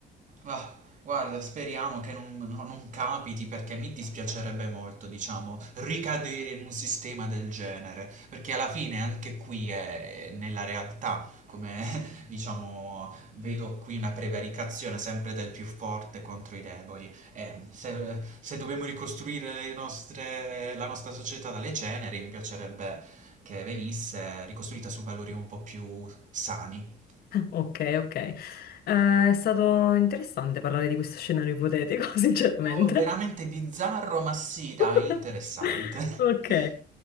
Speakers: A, on the right; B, on the left.
A: Ah, guarda, speriamo che non, no- non capiti perché mi dispiacerebbe molto, diciamo, ricadere in un sistema del genere, perché alla fine anche qui è nella realtà, come <laughs> diciamo, vedo qui una prevaricazione sempre del più forte contro i deboli. E se, se dobbiamo ricostruire le nostre- la nostra società dalle ceneri, mi piacerebbe che venisse ricostruita su valori un po' più sani.
B: Ok, ok. Eh, è stato interessante parlare di questo scenario ipotetico, <laughs> sinceramente.
A: Oh, veramente bizzarro, ma sì, dai,
B: <laughs>
A: interessante.
B: Ok.
A: <laughs>